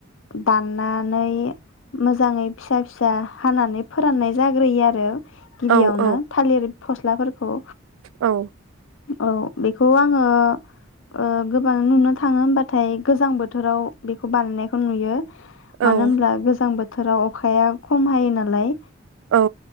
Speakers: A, on the left; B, on the right.
A: दाननानै मोजाङै फिसा फिसा हानानै फोराननाय जाग्रोयो आरो गिबियावनो
B: औ औ
A: थालिर फस्लाफोरखौ
B: औ।
A: औ बेखौ आङो ओ गोबां नुनो थाङो होमबाथाय गोजां बोथोराव बेखौ बानायनायखौ नुयो।
B: औ
A: मानो होनोब्ला गोजां बोथोर बोथोराव अखाया खम हायो नालाय
B: औ